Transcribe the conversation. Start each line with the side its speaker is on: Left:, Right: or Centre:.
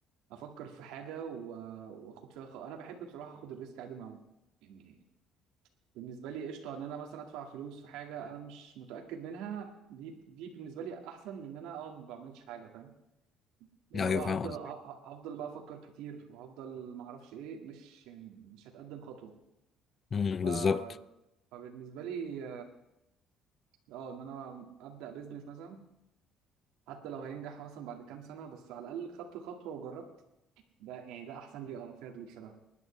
Right: افكر في حاجه و- واخد فيها خ... انا بحب بصراحه اخد الريسك عادي مع يعني بالنسبه لي قشطه ان انا مثلا ادفع فلوس في حاجه انا مش متاكد منها دي دي بالنسبه لي احسن من ان انا اقعد ما بعملش حاجه فاهم اللي
Left: ايوه
Right: هو
Left: فاهم
Right: هفضل
Left: قصدي
Right: ه- ه- هفضل بقى افكر كتير وهفضل ما اعرفش ايه مش يعني مش هتقدم خطوه
Left: أمم،
Right: ف...
Left: بالظبط
Right: فبالنسبه لي اه ان انا ابدا بيزنس مثلا حتى لو هينجح مثلا بعد كام سنه بس على الاقل خدت خطوه وجربت ده يعني ده احسن لي اه فيها دي بصراحه